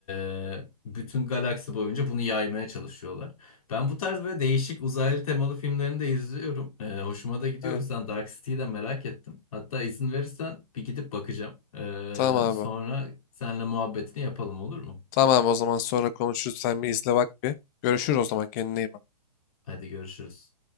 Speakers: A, on the left; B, on the left.
A: e, bütün galaksi boyunca bunu yaymaya çalışıyorlar. Ben bu tarz böyle değişik uzaylı temalı filmlerini de izliyorum. E, hoşuma da gidiyor.
B: Aynen.
A: O yüzden Dark City'yi de merak ettim. Hatta izin verirsen bir gidip bakacağım.
B: Tamam
A: E, sonra
B: abi.
A: seninle muhabbetini yapalım olur mu?
B: Tamam o zaman sonra konuşuruz. Sen bir izle bak bir. Görüşürüz o zaman. Kendine iyi bak.
A: Hadi görüşürüz.